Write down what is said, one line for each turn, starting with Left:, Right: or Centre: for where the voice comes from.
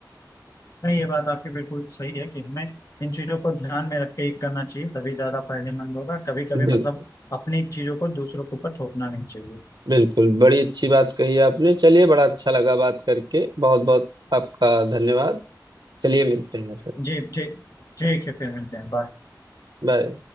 Left: नहीं ये बात आपकी बिल्कुल सही है कि हमें इन चीजों को ध्यान में रख के ही करना चाहिए तभी ज्यादा फायदेमंद होगा कभी कभी
Right: बिल, बिल्कुल
Left: मतलब अपनी चीजों को दूसरों के ऊपर थोपना नहीं चाहिए
Right: बिल्कुल बड़ी अच्छी बात कही आपने चलिए बड़ा अच्छा लगा बात करके बहुत बहुत आपका धन्यवाद चलिए मिलते हैं फिर
Left: जी जी ठीक है फिर मिलते हैं बाय
Right: बाय